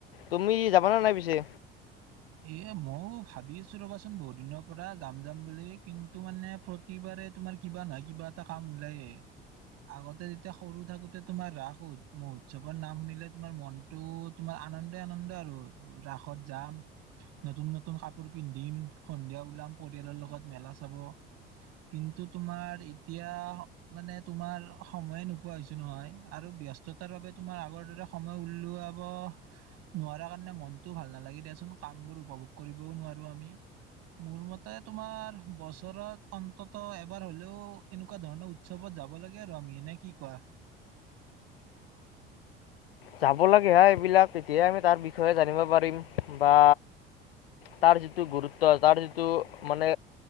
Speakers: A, on the left; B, on the right.
A: তুমি যাবানে নাই পিছে।
B: এ মইো ভাবি আছো ৰ'বাচোন বহুত দিনৰ পৰা যাম যাম বুলি কিন্তু মানে প্ৰতিবাৰ। তাতে তোমাৰ কিবা নহয় কিবা এটা কাম ওলাই। আগতে যেতিয়া সৰু থাকোতে তোমাৰ ৰাস মহোৎসৱৰ নাম শুনিলে তোমাৰ মনটো তোমাৰ আনন্দে আনন্দ আৰু ৰাসত যাম নতুন নতুন কাপোৰ পিন্ধিম সন্ধিয়া ওলাম পৰিয়ালৰ লগত মেলা চাব। কিন্তু তোমাৰ এতিয়া মানে তোমাৰ সময়ে নোপোৱা হৈছো নহয় আৰু ব্যস্ততাৰ বাবে তোমাৰ আগৰ দৰে সময় উলাব নোৱাৰা কাৰণে মনতটো ভাল নালাগে দিয়াচোন। কামবোৰ উপভোগ কৰিবও নোৱাৰোঁ আমি। মোৰ মতে তোমাৰ বছৰত অন্তত এবাৰ হলেও এনেকুৱা ধৰণৰ উৎসৱত যাব লাগে আৰু আমি এনে কি কোৱা।
A: যাব লাগে হা এইবিলাক তেতিয়াই আমি তাৰ বিষয়ে জানিব পাৰিম বা তাৰ যিটো গুৰুত্ব তাৰ যিটো মানে